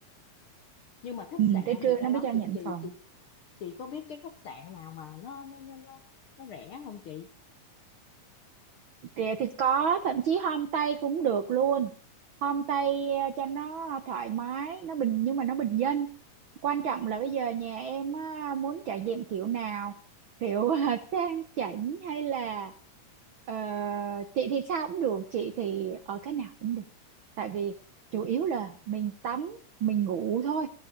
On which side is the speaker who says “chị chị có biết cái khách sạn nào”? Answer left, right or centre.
Left